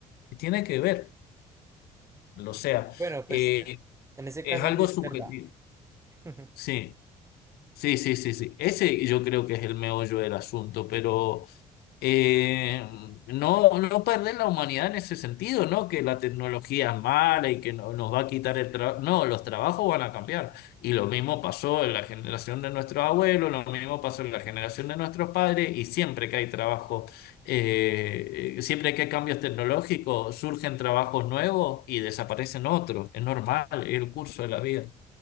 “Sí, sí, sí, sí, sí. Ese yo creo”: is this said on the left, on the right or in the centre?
Left